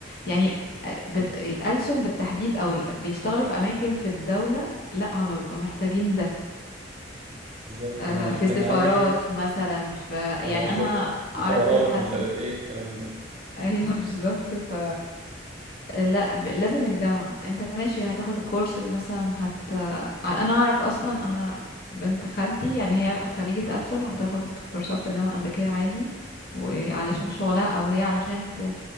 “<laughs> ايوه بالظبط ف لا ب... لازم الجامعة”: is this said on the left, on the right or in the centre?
Left